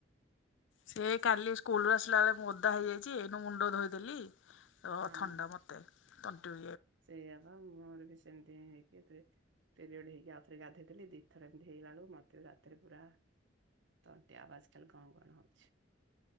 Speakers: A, on the left; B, on the right.
A: ସେ କାଲି ସ୍କୁଲୁ ଆସିଲା ବେଳେ ମୁଁ ଓଦା ହେଇଯାଇଛି। ଏଇନୁ ମୁଣ୍ଡ ଧୋଇଦେଲି। ଓ
B: ହଁ
A: ଥଣ୍ଡା ମତେ ତଣ୍ଟି
B: ସେଇୟା ପା ମୁଁ ମୋର କିଛି ସେମିତି ହେଇକି ପିରିୟଡ ହେଇକି ଆଉ ଥରେ ଗାଧେଇଥିଲି। ଦି ଥର ଏମିତି ହେଇଗଲା ବଳୁ ମତେ ରାତି ରେ ପୁରା ତଣ୍ଟି ଆବାଜ କାଲି ଗାଁ ଗଣଗଣ ହଉଛି।